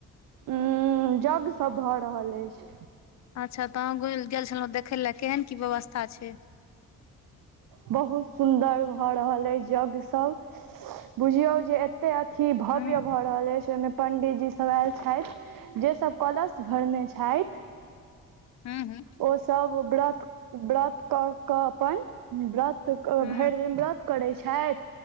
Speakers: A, on the right; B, on the left.
A: उ जग सभ भऽ रहल अछि।
B: अच्छा, तऽ अहाँ घुम गेल छलहुँ देखय लए केहन कि व्यवस्था छै।
A: बहुत सुन्दर भऽ रहल अछि यज्ञ सब बुझियौ जे एक्टा अथि भव्य
B: हूँ
A: भऽ। रहल अछि, ओहि मे पंडित जी सभ आयल छैथ जे सभ कलश भरने छाइथ।
B: हँ, हँ।
A: ओ सब व्रत व्रत कऽ कऽ अपन व्रत तऽ
B: हूँ
A: भरि दिन व्रत करै छैथ